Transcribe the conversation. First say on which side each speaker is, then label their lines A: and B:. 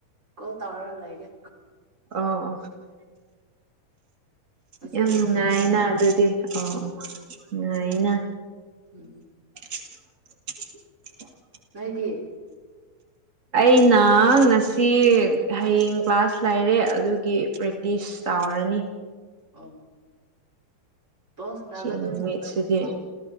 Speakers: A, on the right (about 20°); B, on the right (about 50°).
A: ꯀꯣꯜ ꯇꯧꯔ ꯂꯩꯒꯦ
B: ꯑꯣ
A: ꯉꯁꯤꯗꯤ
B: ꯌꯥꯝ ꯅꯨꯡꯉꯥꯏꯅ
A: ꯐ꯭ꯔꯤꯅꯦ ꯑꯩ
B: ꯑꯗꯨꯗꯤ ꯑꯣ ꯅꯨꯡꯉꯥꯏꯅ
A: ꯎꯝ
B: <unintelligible>
A: ꯅꯣꯏꯗꯤ
B: ꯑꯩꯅ ꯉꯁꯤ ꯍꯌꯦꯡ ꯀ꯭ꯂꯥꯁ ꯂꯩꯔꯦ ꯑꯗꯨꯒꯤ ꯄ꯭ꯔꯦꯛꯇꯤꯁ ꯆꯥꯎꯔꯅꯤ
A: ꯑꯣ ꯕꯣꯜ ꯁꯥꯟꯅꯕ
B: ꯁꯤꯅꯨꯃꯤꯝ
A: ꯑꯗꯨꯝ ꯆꯠꯄ꯭ꯔꯥ
B: ꯁꯤꯗꯤ
A: ꯅꯣꯏꯁꯨ